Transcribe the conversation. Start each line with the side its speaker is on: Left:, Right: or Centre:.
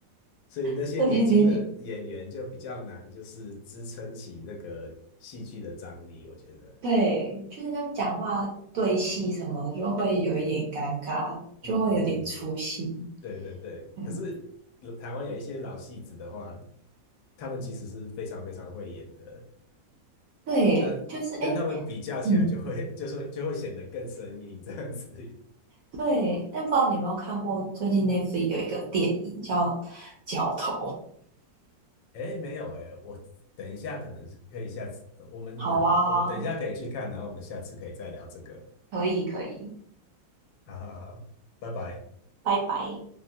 Left: 所以那些年轻的演员就比较难，
Right: <laughs> 对对对
Left: 就是支撑起那个戏剧的张力，我觉得。
Right: 对就是他们讲话对戏什么的就会有一点尴尬，
Left: 嗯嗯，
Right: 就会有点出戏。
Left: 对对对，
Right: 嗯，
Left: 可是台湾有一些老戏子的话，他们其实是非常非常会演的。
Right: 对，
Left: 那跟他们比较起来，
Right: 就是哎，诶嗯，
Left: 就会就会就会显得更生硬这样子。
Right: 对，但不知道你有没有看过最近 Netflix 有一个电影叫《角头》。
Left: 哎，没有哎，我等一下可能可以下次，我们我们等一下可以去看，
Right: 好啊，
Left: 然后我们下次可以再聊这个。
Right: 可以可以，
Left: 好好好，拜拜。
Right: 拜拜。